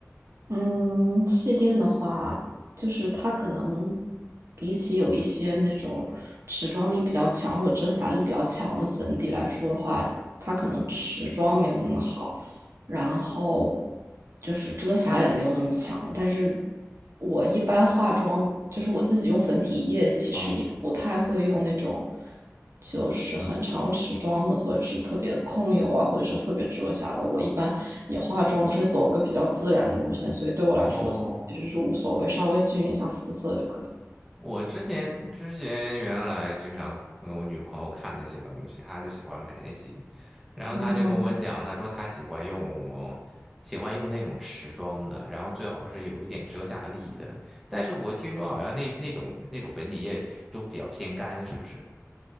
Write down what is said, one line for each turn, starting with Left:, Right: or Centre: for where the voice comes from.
Right: 嗯，气垫的话，就是它可能比起有一些那种持妆力比较强或者遮瑕力比较强的粉底来说的话，它可能持妆没有那么好。然后就是遮瑕也没有那么强。但是我一般化妆，就是我自己用粉底液，其实也不太会用那种
Centre: 嗯，
Right: 就是很长持妆的，或者是特别控油啊，或者是特别遮瑕的。我一般也化妆都是走个比较自然的路线，所以对我来说就其实是无所谓，
Centre: 哦，
Right: 稍微均匀一下肤色就可以。
Centre: 我之前之前原来经常跟我女朋友看那些东西，她就喜欢买那些，然后她就跟我讲，
Right: 哦，
Centre: 她说她喜欢用喜欢用那种持妆的，然后最好是有一点遮瑕力的。但是我听说好像那那种那种粉底液都比较偏干，是不是？